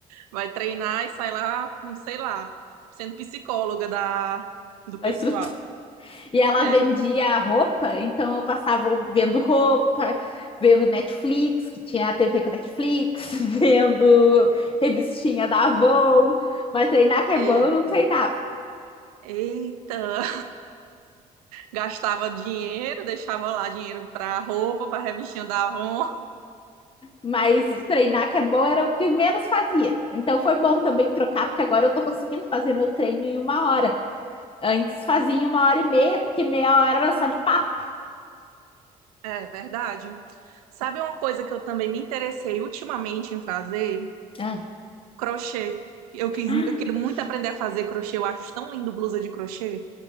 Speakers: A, on the right (about 75°); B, on the left (about 30°).
A: vai treinar e sai lá, com, sei lá, sendo psicóloga da, do
B: <laughs>
A: pessoal.
B: da instrutora. E ela
A: <laughs> É,
B: vendia roupa, então eu passava vendo roupa, vendo Netflix, que tinha a TV com Netflix, <laughs> vendo revistinha da Avon, mas treinar que é
A: Eita,
B: bom, eu não treinava.
A: eita. Gastava dinheiro, deixava lá dinheiro para roupa, para revistinha da Avon.
B: Mas treinar que é bom era o que menos fazia. Então foi bom também trocar, porque agora eu tô conseguindo fazer meu treino em uma hora. Antes fazia em uma hora e meia, porque meia hora era só de papo.
A: É verdade. Sabe uma coisa que eu também me interessei ultimamente em fazer?
B: Ah,
A: Crochê. Eu quis,
B: ah
A: eu quero
B: crochê.
A: muito aprender a fazer crochê. Eu acho tão lindo blusa de crochê.